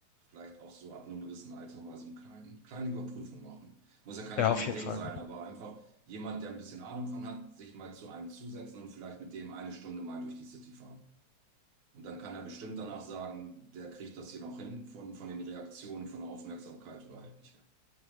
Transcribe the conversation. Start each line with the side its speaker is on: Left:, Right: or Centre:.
Right: vielleicht auch so ab einem gewissen Alter mal so eine kleinen, kleine Überprüfung machen. Muss ja kein
Left: Ja,
Right: Riesending
Left: auf jeden Fall.
Right: sein, aber einfach jemand, der ein bisschen Ahnung von hat, sich mal zu einem zusetzen und vielleicht mit dem eine Stunde mal durch die City fahren. Und dann kann er bestimmt danach sagen, der kriegt das hier noch hin von, von den Reaktionen, von der Aufmerksamkeit oder halt nicht mehr.